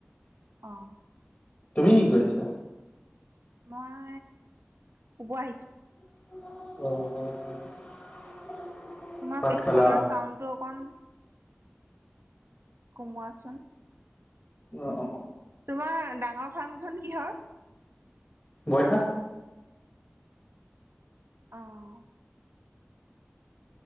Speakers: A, on the right; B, on the left.
A: অঁ।
B: তুমি কি কৈছা?
A: মই শুব আহিছো।
B: <unintelligible>
A: তোমাৰ
B: ভাত
A: পিছফালৰ
B: খালা
A: চাউডটো অকণ, কমোৱাচোন।
B: অ অ অ,
A: তোমাৰ ডাঙৰ ফাৰ্মখন কিহৰ।
B: বইলা।
A: অহ,